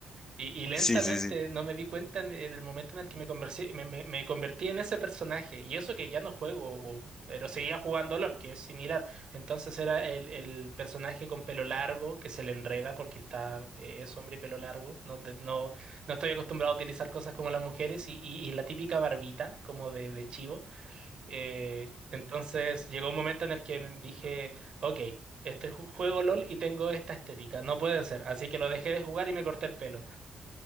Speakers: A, on the right; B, on the left.
A: Y, y lentamente
B: <laughs> Sí, sí, sí.
A: no me di cuenta en, en el momento en el que me, conversé- me, me- me convertí en ese personaje. Y eso que ya no juego WoW, pero seguía jugando LOL, que es similar. Entonces era el, el personaje con pelo largo que se le enreda porque está, eh, es hombre y pelo largo. No, te- no, no estoy acostumbrado a utilizar cosas como las mujeres y, y- y la típica barbita, como de, de chivo. Eh, entonces llegó un momento en el que me dije, ok. Este ju- juego LOL y tengo esta estética. No puede ser. Así que lo dejé de jugar y me corté el pelo.